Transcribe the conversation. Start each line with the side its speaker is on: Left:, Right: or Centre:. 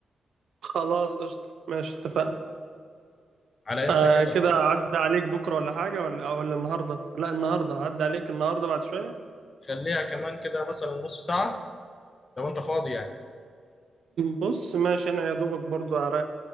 Right: خلاص قشطه ماشي اتفقنا
Left: على امتى
Right: آه
Left: كده
Right: كده عدى عليك بكرة ولا حاجة ولا آه، ولا النهاردة لا النهاردة عدى عليك النهاردة بعد شوية
Left: خليها كمان كده مثلا نص ساعه لو انت فاضي يعني
Right: بص ماشي انا يا دوبك برضو هر-